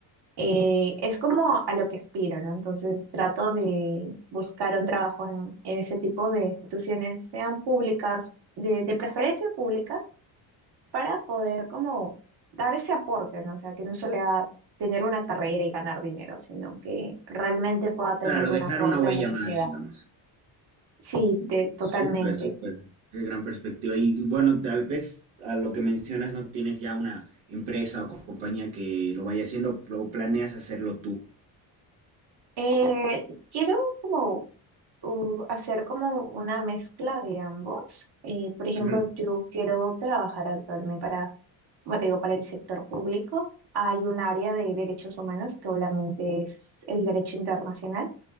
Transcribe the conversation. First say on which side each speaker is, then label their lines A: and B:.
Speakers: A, on the right; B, on the right.
A: Eh, es como a lo que aspiro, ¿no? Entonces trato de buscar un trabajo en, en ese tipo de instituciones, sean públicas, de de preferencia públicas para poder como dar ese aporte, ¿no? O sea, que no solo sea tener una carrera y ganar dinero, sino que realmente pueda tener
B: claro, dejar
A: un aporte
B: una huella
A: a la sociedad.
B: más, digamos.
A: Sí, de, totalmente.
B: Súper, súper. Qué gran perspectiva. Y bueno, tal vez a lo que mencionas no tienes ya una empresa o co- compañía que lo vaya haciendo o planeas hacerlo tú.
A: Eh, quiero como uh, hacer como una mezcla de ambos. Eh, por ejemplo,
B: Ujú.
A: yo quiero trabajar actualmente para, como te digo, para el sector público. Hay un área de derechos humanos que obviamente es el derecho internacional.